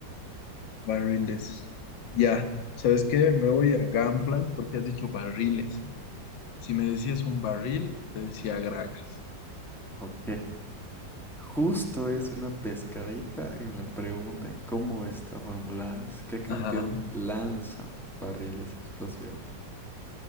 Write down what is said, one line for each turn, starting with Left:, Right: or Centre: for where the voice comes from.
Left: barriles. Ya, ¿sabes qué? Me voy a Gunplank porque has dicho barriles. Si me decías un barril, te decía gragas.
Centre: Ok, Justo es una pescadita en la pregunta en cómo está formulada es ¿qué campeón
Left: Ajá,
Centre: lanza barriles explosivos?